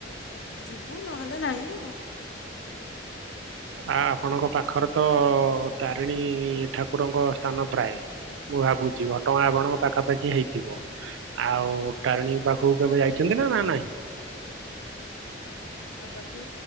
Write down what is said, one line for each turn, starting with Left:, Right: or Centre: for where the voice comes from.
Left: ଯିବୁ ନହେଲେ ନାହିଁ ଆଉ
Right: ଆ ଆପଣଙ୍କ ପାଖରେ ତ ତାରିଣୀ ଠାକୁରଙ୍କ ସ୍ଥାନ ପ୍ରାୟ ମୁଁ ଭାବୁଛି ଘଟଣା ଆପଣଙ୍କ ପାଖାପାଖି ହେଇଥିବ ଆଉ ତାରିଣୀ ପାଖକୁ କେବେ ଯାଇଛନ୍ତି ନା ନା ନାହିଁ?
Left: ପାଖାପାଖି